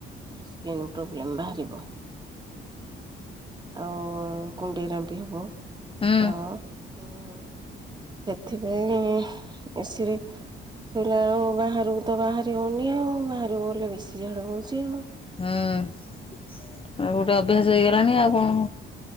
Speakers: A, on the right; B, on the left.
A: ସ୍କିନ୍ ପ୍ରୋବ୍ଲେମ୍ ବାହାରିବ। ଆଉ କୁଣ୍ଡେଇ ରାମ୍ପୀ ହବ
B: ହୁଁ
A: ର ହୁଁ। ସେଥିପାଇଁ ଏସିରେ ଶୋଇଲା ବେଳୁ ବାହାରକୁ ତ ବାହାରି ହଉନି ଆଉ ବାହାରକୁ ଗଲେ ବେଶୀ ଝାଳ ବଉଛି ଆଉ।
B: ହୁଁ ଆଉ ଗୋଟେ ଅଭ୍ୟାସ ହେଇଗଲାଣି ଆଉ କଣ